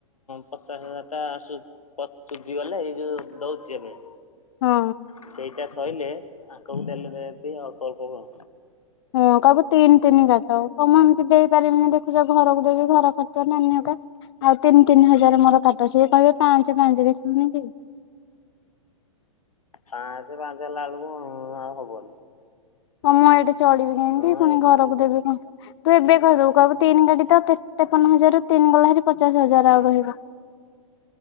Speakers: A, on the left; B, on the left.
A: ପଚାଶ ହଜାର ଟା ଆସୁ ପ ସୁଝି ଗଲେ ଏଇ ଯୋଉ ଦଉଛି ଏବେ
B: ହଁ
A: ସେଇଟା ସଇଲେ ଆଗକୁ ଦେଲେ ଏ ଅଳ୍ପ ଅଳ୍ପ କ <inaudible>
B: ହଁ କବୁ ତିନି ତିନି କାଟ କଣ ଏମିତି ଦେଇପାରିବିନି ଦେଖ ପୂଜା ଘରକୁ ଦେବି ଘର ତ ନାନି ଅଧା ଆଉ ତିନି ତିନି ହଜାର ମୋର କାଟ ସିଏ କହିବେ ପାଞ୍ଚ ପାଞ୍ଚରେ ଶୁନ କି <inaudible>
A: ପାଞ୍ଚଁ ପାଞ୍ଚ ହେଲା ବେଳୁ ହ ଆଉ ହବନି
B: ମମ ଏଟ ଚଳିବି କେମତି
A: ହଁ
B: ପୁଣି
A: ଏଇ
B: ଘରକୁ ଦେବି କଣ? ତୁ ଏବେ କହିଦବୁ କହିବୁ ତିନି ଗାଡି ତ ତେପନ ହଜାର ର ତିନି ଗଲା ଭାରି ପଚାଶ ହଜାର ଆଉ ରହିବ। <inaudible>